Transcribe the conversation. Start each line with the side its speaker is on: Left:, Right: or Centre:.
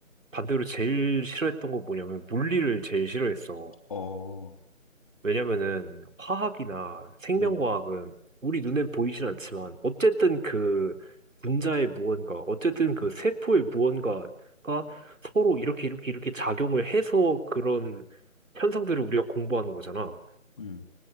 Right: 반대로 제일 싫어했던 거 뭐냐면 물리를 제일 싫어했어.
Left: 어,
Right: 왜냐면은 화학이나 생명과학은
Left: 음,
Right: 우리 눈엔 보이진 않지만 어쨌든 그 분자의 무언가, 어쨌든 그 세포의 무언가가 서로 이렇게 이렇게 이렇게 작용을 해서 그런 현상들을 우리가 공부하는 거잖아.
Left: 음,